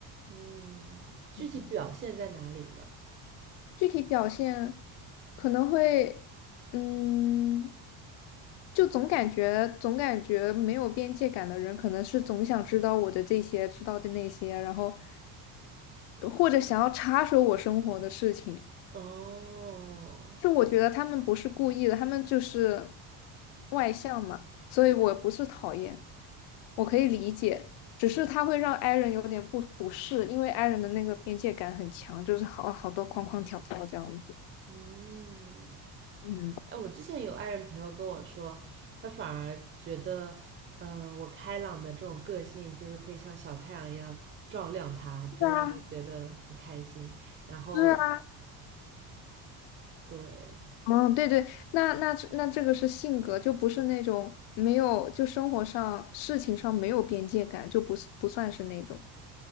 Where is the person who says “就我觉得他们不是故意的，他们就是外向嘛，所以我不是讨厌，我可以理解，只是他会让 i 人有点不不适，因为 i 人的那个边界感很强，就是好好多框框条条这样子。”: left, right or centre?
Left